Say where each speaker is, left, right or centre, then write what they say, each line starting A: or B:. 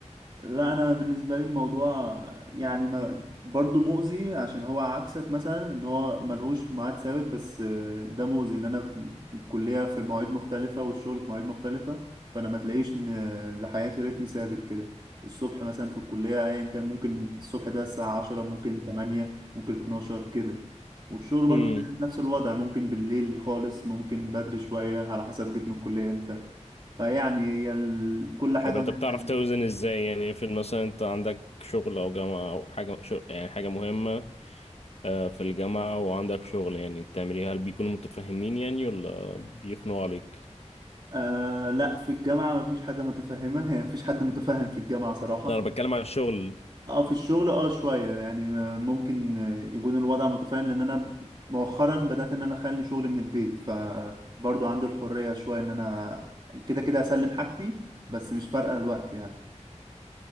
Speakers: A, on the right (about 40°); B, on the left (about 60°).
A: لا انا بالنسبه لي الموضوع يعني ما برضه مؤذي عشان هو عكسك مثلا ان هو ملهوش ميعاد ثابت بس آه، ده مؤذي ان انا في الكليه في مواعيد مختلفه والشغل في مواعيد مختلفه فانا ما تلاقيش إن لحياتي رتم ثابت كده الصبح مثلا في الكليه ايا كان ممكن الصبح ده الساعه 10 ممكن 8 ممكن 12 كده والشغل برضه
B: ايه
A: زي نفس الوضع ممكن بالليل خالص ممكن بدري شويه على حسب جيت من الكليه امتى فيعني هي ال- كل حاجه
B: طب انت
A: ولها
B: بتعرف
A: حاجه
B: توزن ازاي يعني افرض مثلا انت عندك شغل او جامعة او حاجة شغ... يعني حاجة مهمة آه، في الجامعة وعندك شغل يعني بتعمليها هل بيكونوا متفاهمين يعني ولا بيخنقوا عليك
A: آه لا في الجامعة ما فيش حاجة متفهمة يعني ما فيش حد متفهم في الجامعة صراحة
B: لا، انا بتكلم على الشغل
A: اه في الشغل اه شوية يعني م- ممكن آه، يكون الوضع متفاهم لان انا مؤخرا بدأت ان انا اخلي شغلي من البيت فبرضه عنده الحرية شوية ان انا كده كده اسلم حاجتي بس مش فارقة الوقت يعني